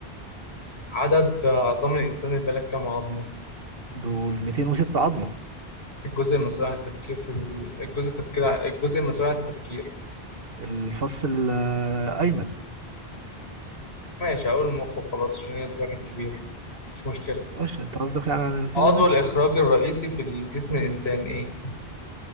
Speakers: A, on the left; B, on the right.
A: عدد عظام الإنسان البالغ كم عظمة؟
B: دول 206 عظمة
A: الجزء المسؤول عن التفكير في ال- الجزء التفكير ع- الجزء المسؤول عن التفكير
B: الفص الأيمن
A: ماشي هقول المخ وخلاص عشان هي دماغك كبير مش مشكلة
B: ماشي انت قصدك يعني على
A: عضو
B: كده ماشي
A: الإخراج الرئيسي في الجسم الإنسان إيه؟